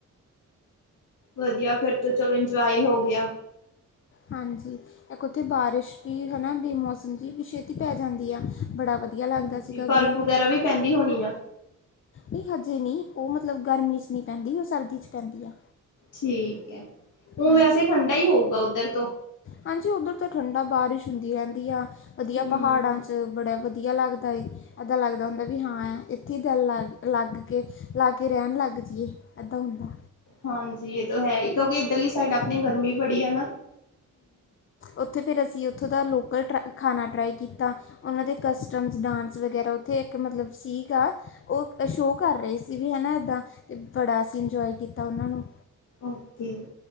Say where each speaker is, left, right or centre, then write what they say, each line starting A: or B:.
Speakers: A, on the left; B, on the left.
A: ਵਧੀਆ ਫੇਰ ਤੋਂ ਚਲੋ ਇੰਜੋਏ ਹੋ ਗੇਆ
B: ਹਾਂਜੀ ਏਕ ਓਥੇ ਬਾਰਿਸ਼ ਵੀ ਹੈ ਨਾ ਬੇਮੌਸਮ ਜੀ ਵੀ ਛੇਤੀ ਪੈ ਜਾਂਦੀ ਆ ਬੜਾ ਵਦੀ ਵਧੀਆ
A: ਹਾਂਜੀ
B: ਲੱਗਦਾ ਸੀਗਾ
A: ਬਰਫ਼
B: ਵੀਊ
A: ਵਗੈਰਾ ਵੀ ਪੈਂਦੀ ਹੋਣੀ ਆ।
B: ਨੀ ਹਜੇ ਨੀ ਓ ਮਤਲਵ ਗਰਮੀ ਚ ਨੀ ਪੈਂਦੀ ਓ ਸਰਦੀ ਚ ਪੈਂਦੀ ਆ।
A: ਠੀਕ ਐ, ਊ
B: ਹਾਂਜੀ
A: ਵੈਸੇ ਠੰਡਾ ਈ ਹੋਊਗਾ ਓਦਰ ਤੋਂ?
B: ਹਾਂਜੀ ਓਦਰ ਤਾਂ ਠੰਡਾ ਬਾਰੀਸ਼ ਹੁੰਦੀ ਰਹਿੰਦੀ ਆ ਵਧੀਆ
A: ਹਮ
B: ਪਹਾੜਾਂ ਚ ਬੜਾ ਵਧੀਆ ਲੱਗਦਾ ਏ ਏਦਾਂ ਲੱਗਦਾ ਹੁੰਦਾ ਵੀ ਹਾਂ ਏਥੇ ਗੱਲ ਲਾਗ ਲੱਗ ਕੇ ਲਾ ਕੇ ਰੈਣ ਲੱਗ ਜੀਏ ਐਦਾਂ ਹੁੰਦਾ।
A: ਹਾਂਜੀ ਏ ਤੋ ਹੈ ਕਿਉਂਕੀ ਏਦਰਲੀ ਸਾਈਡ ਅਪਣੀ ਗਰਮੀ ਬੜੀ ਆ ਨਾ
B: ਓਥੇ ਫੇਰ ਅਸੀਂ ਓਥੋਂ ਦਾ ਲੋਕਲ ਟਰਾ ਖਾਣਾ ਟਰਾਈ ਕੀਤਾ। ਉਹਨਾਂ ਦੇ ਕਸਟਮਸ ਡਾਂਸ ਵਗੈਰਾ ਉੱਥੇ ਇੱਕ ਮਤਲਬ ਸੀਗਾ ਉਹ ਸ਼ੋਅ ਕਰ ਰਹੇ ਸੀ ਵੀ ਹੈ ਨਾ ਇੱਦਾਂ ਤੇ ਬੜਾ ਅਸੀਂ ਇੰਜੋਏ ਕੀਤਾ ਉਹਨਾਂ ਨੂੰ।
A: ਓਕੇ